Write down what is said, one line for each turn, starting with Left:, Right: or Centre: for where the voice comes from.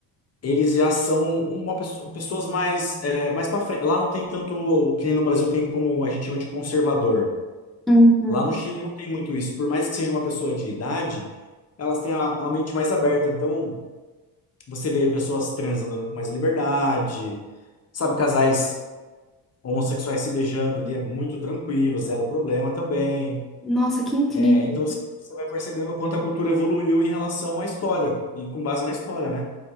Left: eles já são uma pesso- pessoas mais é, mais para frente. Lá não tem tanto o que nem no Brasil tem como a gente chama de conservador.
Centre: Uhum.
Left: Lá no Chile não tem muito isso. Por mais que seja uma pessoa de idade, elas têm a, a mente mais aberta. Então você vê pessoas trans andando com mais liberdade, sabe, casais homossexuais se beijando ali é muito tranquilo, zero problema também.
Centre: Nossa, que incrível.
Left: É, então você vai percebendo o quanto a cultura evoluiu em relação à história e com base na história, né?